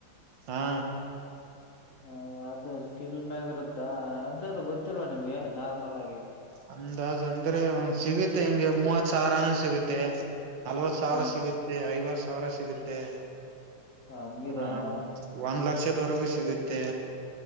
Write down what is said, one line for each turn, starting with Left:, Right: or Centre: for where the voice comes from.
Right: ಹಾ
Left: ಹ ಅದು ಸ್ಕಿಲ್ ಮ್ಯಾಗ ಇರುತ್ತಾ ಅನ್ಸತ ಗೊತ್ತಿಲ್ವಾ ನಿಮ್ಗೆ ನಾರ್ಮಲ್ ಆಗಿ.
Right: ಅಂದಾಜ್ ಅಂದ್ರೆ ಒಂದ್ ಸಿಗುತ್ತೆ ಹಿಂಗೆ ಮೂವತ್ ಸಾವಿರನು ಸಿಗುತ್ತೆ. ನಲ್ವತ್ ಸಾವಿರ
Left: ಹ
Right: ಸಿಗುತ್ತೆ ಐವತ್ತು ಸಾವಿರ ಸಿಗುತ್ತೆ.
Left: ಹಂಗಿದೇನಾ
Right: ಹ ಒಂದ್ ಲಕ್ಷದವರೆಗೂ ಸಿಗುತ್ತೆ